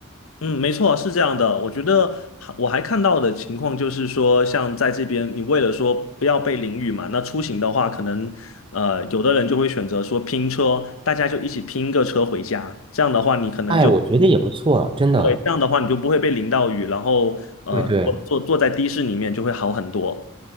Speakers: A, on the left; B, on the right.
A: 嗯，没错，是这样的。我觉得还我还看到的情况就是说，像在这边，你为了说不要被淋雨嘛，那出行的话，可能呃，有的人就会选择说拼车，大家就一起拼一个车回家。这样的话，你可能就
B: 哎，我觉得也不错，真的。
A: 对，这样的话你就不会被淋到雨，然后呃，
B: 对对。
A: 坐坐坐在的士里面就会好很多。